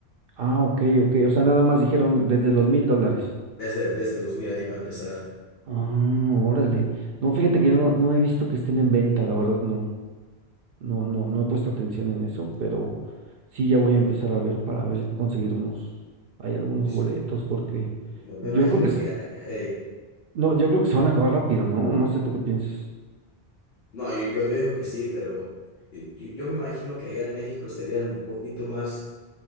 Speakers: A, on the right; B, on the left.
A: Ah, ok, ok. O sea, nada más dijeron desde los mil dólares.
B: Desde, desde los mil ahí va a empezar.
A: Ah, órale. No, fíjate que yo no, no he visto que estén en venta, la verdad no, no, no, no he puesto atención en eso, pero sí ya voy a empezar a ver para ver si puedo conseguir unos, hay algunos
B: Es-
A: boletos, porque
B: Me me
A: yo
B: imagino
A: creo que sí-
B: que... eh,
A: no, yo creo que se van a acabar rápido, ¿no? No sé tú qué piensas.
B: no, yo, yo, yo digo que sí, pero yo, yo- yo me imagino que allá en México serían un poquito más